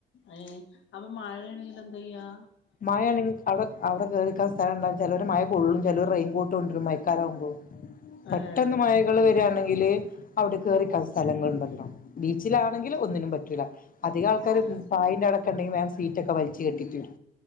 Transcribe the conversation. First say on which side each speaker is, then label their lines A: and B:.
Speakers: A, on the left; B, on the left.
A: ഏ അപ്പൊ മഴ ആണെങ്കിലന്തയ്യാ
B: മയ ആണെങ്കി അടെ അവടെ കേറിക്കാൻ സ്ഥലം ഉണ്ടാവു ചെലോര് മഴ കൊള്ളും പേലോര് റെയിൻകോ ട്ടൊണ്ട്രും മയക്കാലാവുമ്പോ പെട്ടെന്ന്
A: ഏഹ്
B: മയകൾ വെരാണെ ങ്കില് അവിടെ കേറിക്കാ സ്ഥലങ്ങള്ണ്ടല്ലോ ബീച്ചിലാണെങ്കില്
A: ആഹ്
B: ഒന്നിനും പറ്റൂല അധികം ആൾക്കാര്
A: ആഹ്
B: പായിന്റെ അവടെ ക്കെണ്ടെങ്കി വേം സീറ്റൊക്കെ വലിച്ച് കെട്ടിത്തരും